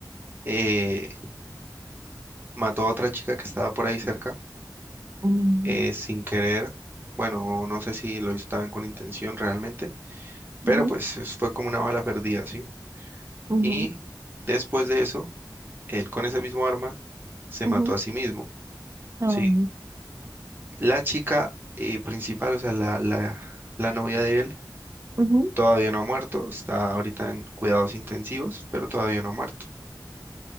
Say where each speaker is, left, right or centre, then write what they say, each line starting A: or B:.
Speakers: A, on the right (about 25°); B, on the right (about 40°).
A: eh, mató a otra chica que estaba por ahí cerca,
B: mm,
A: eh, sin querer. Bueno, no sé si lo hizo también con intención realmente, pero
B: ujú,
A: pues es- fue como una bala perdida, ¿sí?
B: ujú,
A: Y después de eso, él con ese mismo arma se
B: ujú.
A: mató a sí mismo.
B: Ah,
A: ¿sí? La chica eh, principal, o sea, la, la, la novia de él,
B: ujú,
A: todavía no ha muerto, está ahorita en cuidados intensivos, pero todavía no ha muerto.